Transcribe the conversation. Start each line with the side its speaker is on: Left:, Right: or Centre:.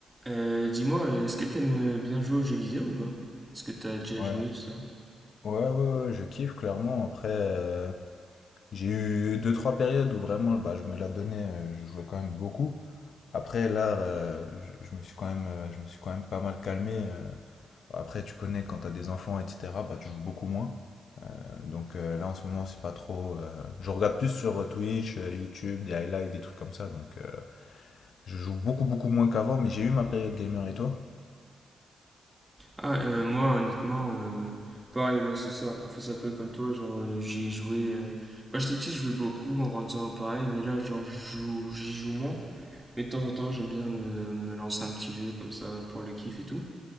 Right: Euh, dis-moi, euh, est-ce que t'aimes euh, bien jouer aux jeux vidéo ou pas? Est-ce que t'as déjà
Left: Ouais,
Right: joué, tout ça?
Left: ouais, ouais, ouais, je kiffe clairement. Après, euh, j'ai eu deux, trois périodes où vraiment bah, je me la donnais, euh, je jouais quand même beaucoup. Après, là, euh, je, je me suis quand même, euh, je me suis quand même pas mal calmé. euh. Après, tu connais, quand t'as des enfants, etc., bah, tu joues beaucoup moins. Euh, donc euh, là, en ce moment, c'est pas trop. euh, je regarde plus sur euh, Twitch, euh, YouTube, des highlights, des trucs comme ça. Donc euh, je joue beaucoup, beaucoup moins qu'avant, mais j'ai eu ma période gamer et toi?
Right: Ah, euh, moi, honnêtement, euh, pareil, ouais, c'est ça. En fait, c'est un peu comme toi, genre, euh, j'y ai joué... euh, Quand j'étais petit, je jouais beaucoup, en grandissant, pareil, mais là, genre, je joue- j'y joue moins. Mais de temps en temps, j'aime bien me, me lancer un petit jeu, comme ça, pour le kiff et tout.